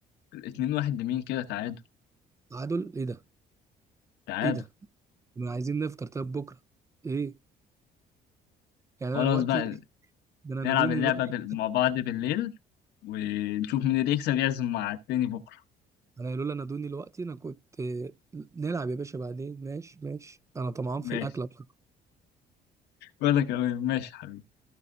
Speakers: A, on the left; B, on the right.
A: الاتنين واحد لمين كده تعادل
B: تعادل ايه ده
A: تعادل
B: ايه ده ما عايزين نفطر طب بكره ايه يعني
A: خلاص
B: انا دلوقتي
A: بقى
B: ده انا
A: نلعب
B: نادوني
A: اللعبة
B: دلوقتي
A: بال- مع بعض بالليل ونشوف مين اللي يكسب يعزم مع التاني بكرة
B: انا قالوا لي نادوني دلوقتي انا كنت نلعب يا باشا بعدين ماشي ماشي انا طمعان
A: ماشي
B: في الاكله
A: ولا كمان ماشي حبيبي